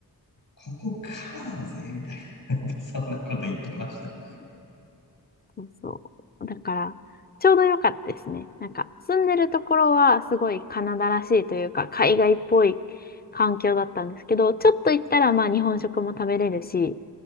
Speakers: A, on the left; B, on the left.
A: ここカナダだぜ、みたいな。なんかそんなこと言ってました。
B: そうそう。だから、ちょうど良かったですね。なんか、住んでるところはすごいカナダらしいというか、海外っぽい環境だったんですけど、ちょっと行ったらまあ日本食も食べれるし、